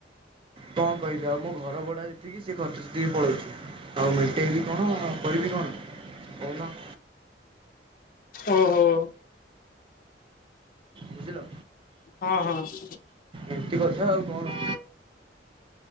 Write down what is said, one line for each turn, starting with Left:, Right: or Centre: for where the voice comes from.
Right: କଣ କହିବି ଆଉ ମୋ ଘର ଭଡା ଯେତିକି ସେ ଖର୍ଚ୍ଚ ସେତିକି ପଳଉଛି ଆଉ ମେଣ୍ଟେଇବି କଣ। ହୋଇ ବି କଣ କହୁନ।
Left: ଓହୋଃ।
Right: ବୁଝିଲ।
Left: ହଁ ହଁ
Right: ଏମିତି କଥା। ଆଉ କଣ?